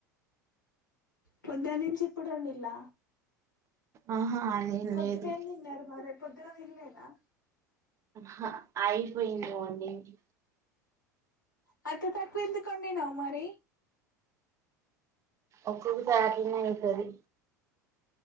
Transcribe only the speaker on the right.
ఆహా అదేం
లేదు
ఆహా అయిపొయింది వండింది
ఒక్కోకసారిట్లనే అయితది